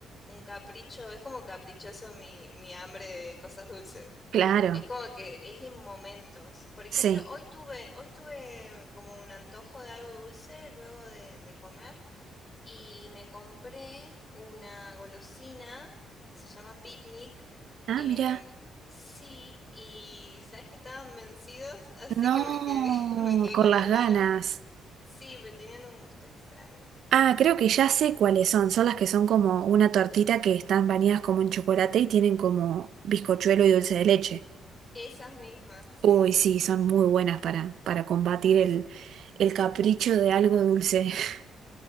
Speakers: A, on the left; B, on the right.
A: un capricho, es como caprichoso mi, mi hambre de cosas dulces.
B: Claro,
A: Es como que es en momentos. Por ejemplo,
B: sí.
A: hoy tuve, hoy tuve como un antojo de algo dulce luego de, de comer. y me compré una golosina que se llama Picnic.
B: Ah,
A: em,
B: mira.
A: sí, y sabes que estaban vencidos, así
B: No,
A: que me quedé, <laughs> me quedé
B: con
A: con
B: las
A: las ganas
B: ganas.
A: porque sí, pero tenían un gusto extraño.
B: Ah, creo que ya sé cuáles son. Son las que son como una tortita que están bañadas como en chocolate y tienen como bizcochuelo y dulce de leche.
A: Esas mismas, sí,
B: Uy, sí, son muy buenas para, para combatir el, el capricho de algo dulce. <laughs>